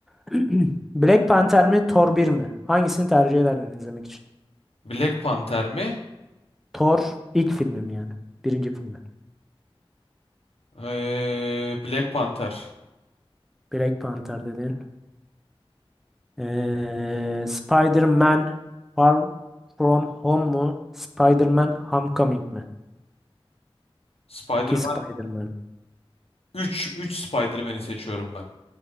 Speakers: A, in the centre; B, on the left.
A: <clears throat> Black Panther mi Thor bir mi? Hangisini tercih ederdin izlemek için?
B: Black Panther mi?
A: Thor ilk filmi mi yani? Birinci filmi.
B: Ee, Black Panther.
A: Black Panther dedin. Ee, Spider-Man Far From Home mu? Spider-Man Homecoming mi?
B: Spider-Man
A: İki Spider-Man.
B: üç 3 Spider-Man'i seçiyorum ben.